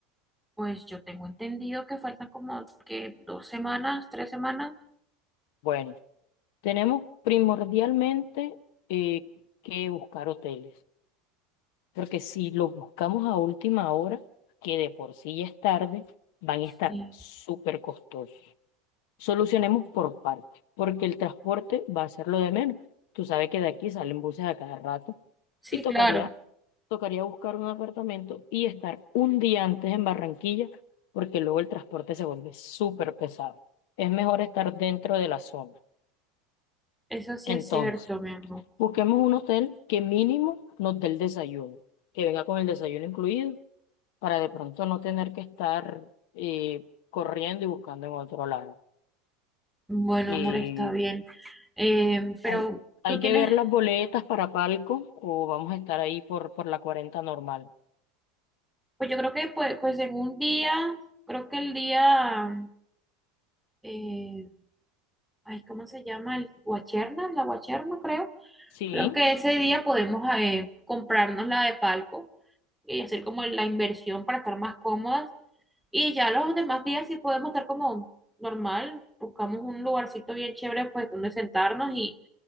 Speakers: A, in the centre; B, on the left (about 70°).
A: Pues yo tengo entendido que faltan como que dos semanas, tres semanas.
B: Bueno, tenemos primordialmente eh, que buscar hoteles, porque si los buscamos a última hora, que de por sí ya es tarde, van a estar
A: Sí,
B: súper costosos. Solucionemos por partes, porque el transporte va a ser lo de menos. Tú sabes que de aquí salen buses a cada rato
A: sí,
B: y tocaría,
A: claro,
B: tocaría buscar un apartamento y estar un día antes en Barranquilla, porque luego el transporte se vuelve súper pesado. Es mejor estar dentro de la zona.
A: eso sí
B: Entonces,
A: es cierto, mi amor.
B: busquemos un hotel que mínimo nos dé el desayuno, que venga con el desayuno incluido, para de pronto no tener que estar eh, corriendo y buscando en otro lado.
A: Bueno,
B: Eh,
A: amor, está bien. Eh, pero
B: hay, hay
A: tú
B: que
A: tienes,
B: ver las boletas para palco o vamos a estar ahí por, por la 40 normal.
A: pues yo creo que pues, pues en un día, creo que el día, eh, ay, ¿cómo se llama? El guacherna, la guacherna, creo.
B: Sí.
A: Creo que ese día podemos eh, comprarnos la de palco y hacer como la inversión para estar más cómodas. Y ya los demás días sí podemos estar como normal, buscamos un lugarcito bien chévere pues donde sentarnos y,